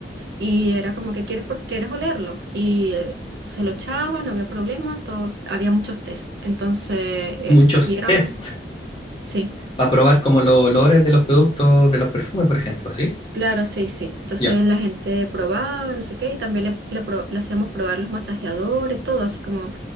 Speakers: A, on the right; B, on the left.
A: Y era como que quieres, por- quieres olerlo. Y eh, se lo echaba, no había problema, todo, había muchos test. Entonces, eso.
B: Muchos
A: Y eran,
B: test
A: sí.
B: para probar como los olores de los productos, de los perfumes, por ejemplo, ¿sí?
A: Claro, sí, sí. Entonces
B: Ya.
A: la gente probaba, no sé qué, y también le, le pro- le hacíamos probar los masajeadores, todo, así como